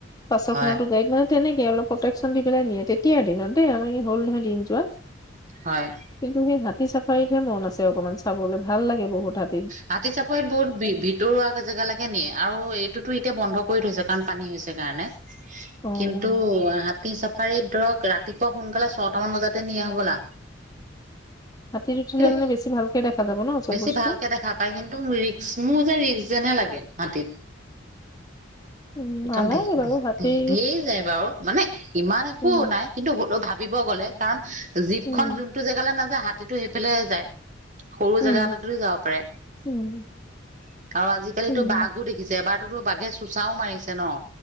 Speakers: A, on the left; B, on the right.
A: পাছৰখনতো
B: হয়,
A: গাইড মানে, তেনেকে অলপ প্ৰটেকচন দি পেলাই নিয়ে, তেতিয়াৰ দিনত দেই আমি হ'ল নহয় দিন যোৱা।
B: হয়।
A: কিন্তু সেই হাতী চাফাৰীতহে মন আছে অকমান চাবলে ভাল লাগে বহুত হাত
B: হাতী চাফাৰীত বহুত ভি-ভিতৰুৱা জে জেগালৈকে নিয়ে, আৰু এইটোতো এতিয়া বন্ধ কৰি থৈছে কাৰণ পানী হৈছে কাৰণে।
A: অ
B: কিন্তু হাতী চাফাৰীত ধৰক ৰা তিপুৱা সোনকালে ছটা মান বজাতে নিয়ে হ'বলা।
A: হাতীত উঠিলে
B: কিন্তু
A: মানে বেছি ভালকৈ দেখা। যাব ন চব
B: বেছি
A: বস্তু
B: ভালকে দেখা পায় কিন্তু মোৰ ৰিস্ক মোৰ যে ৰিস্ক যেনে লাগে হাতীত।
A: উম
B: অকণ
A: নালাগে বাৰু হাতী
B: ঢেৰ যায় বাৰু মানে ইমান একো
A: উম
B: নাই। কিন্তু হ'লেও ভাবিব গ'লে কাৰণ জীপখন
A: উম
B: যোনটো জেগালৈ নাযায় হাতীটো সেইফালে যায়। সৰু
A: উম
B: জেগা এটাটো যাব পাৰে আৰু
A: উম
B: আজিকালিতো
A: উম
B: বাঘো দেখিছ। জ এবাৰতোতো বাঘে চোচাও মাৰিছে ন।